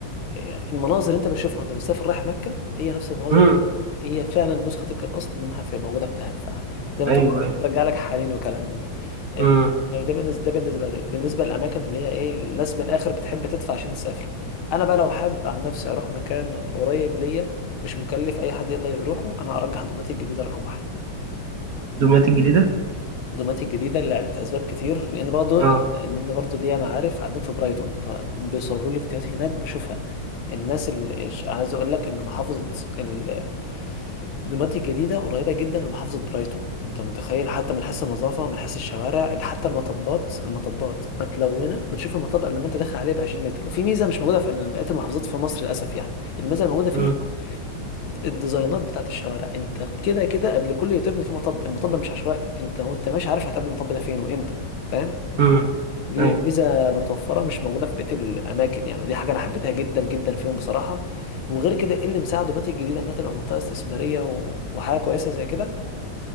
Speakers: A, on the left (about 80°); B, on the right (about 50°).
A: يعني المناظر اللي انت بتشوفها وانت مسافر رايح مكه هي نفس المناظر
B: مم.
A: هي فعلا نسخه تلك الاصل منها في موجوده في دهب فزي ما
B: ايوه
A: تقول برضه
B: ايوه
A: بترجع لك حالين وكلام من ده ال...
B: مم.
A: ده بالنسبه ده بالنسبه ل... بالنسبه للاماكن اللي هي ايه الناس من الاخر بتحب تدفع عشان تسافر انا بقى لو حابب عن نفسي اروح مكان قريب ليا مش مكلف اي حد يقدر يروحه انا ارجح دوماتيك الجديده رقم واحد
B: دمياط الجديده
A: دوماتي الجديده لعده اسباب كتير لان برضه
B: اه
A: مم. لان برضه ليا معارف قاعدين في برايتون فبيصوروا لي فيديوهات هناك بشوفها الناس اللي عايز اقول لك ان محافظه ال- دوماتي الجديده قريبه جدا لمحافظه برايتون انت متخيل حتى من حيث النظافه من حيث الشوارع ده حتى المطبات المطبات متلونه بتشوف المطب قبل ما انت داخل عليه ب 20 متر وفي ميزه مش موجوده في بقيه المحافظات في مصر للاسف يعني الميزه الموجوده فيها
B: مم.
A: الديزاينات بتاعت الشوارع انت كده كده قبل كل يوتيرن في مطب المطب مش عشوائي انت وانت ماشي عارف هتقابل المطب ده فين وامتى فاهم
B: مم.
A: دي
B: ايوه
A: ميزه متوفره مش موجوده في بقيه الاماكن يعني ودي حاجه انا حبيتها جدا جدا فيهم بصراحه وغير كده ايه اللي مساعد دوماتيك الجديده انها تبقى منطقه استثماريه و... وحاجه كويسه زي كده